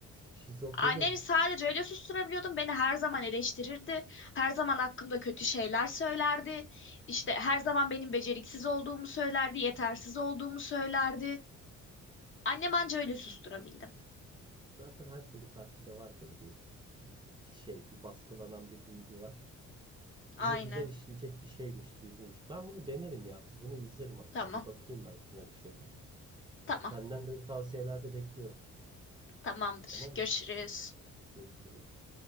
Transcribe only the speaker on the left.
Annemi
sadece öyle susturabiliyordum. Beni her zaman eleştirirdi. Her zaman hakkımda kötü şeyler söylerdi. İşte her zaman benim beceriksiz olduğumu söylerdi, yetersiz olduğumu söylerdi. Annem anca öyle susturabildi.
Aynen.
Tamam.
Tamam.
Tamamdır.
Görüşürüz.